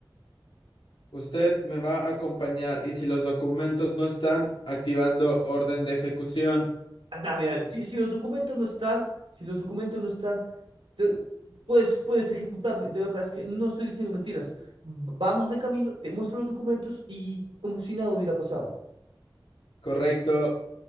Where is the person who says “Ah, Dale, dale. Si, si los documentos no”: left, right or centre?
Right